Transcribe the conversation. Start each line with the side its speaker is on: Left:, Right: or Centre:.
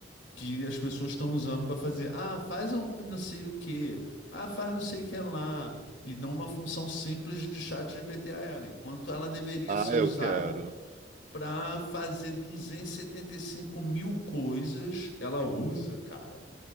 Left: que as pessoas estão usando para fazer, ah, faz um p- não sei o quê, ah, faz não sei o que lá, e dão uma função simples de chat GPT a ela, enquanto ela deveria
Right: Ah,
Left: ser usada
Right: eu quero.
Left: para fazer e e setenta e cinco mil coisas. Ela usa, cara.